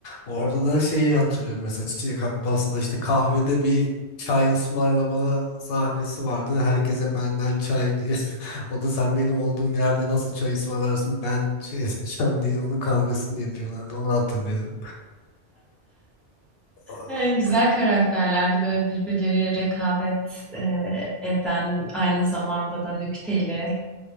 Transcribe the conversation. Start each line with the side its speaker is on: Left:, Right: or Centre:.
Left: orada da şeyi hatırlıyorum mesela Çiçek Abbas'ta da işte kahvede bir çay ısmarlama sahnesi vardı. Herkese benden çay diye. <laughs> O da sen benim olduğum yerde nasıl çay ısmarlarsın ben şey yapacağım diye onun kavgasını yapıyorlardı. Onu hatırlıyorum. Aa,
Centre: E, güzel karakterlerdi böyle birbirleriyle rekabet e, eden aynı zamanda da nükteli.